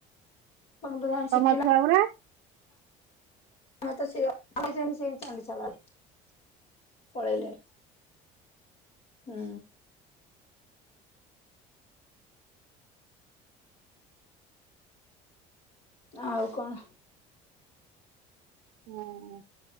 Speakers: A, on the left; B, on the right.
A: ତମେ ତ ଯାହା
B: ତମ
A: ଶିଖିଲ
B: ଛୁଆ ଗୁଡା
A: ମତେ ସେ <unintelligible> ପଳେଇିଲେ, ହୁଁ। ଆଉ କଣ?
B: ହୁଁ।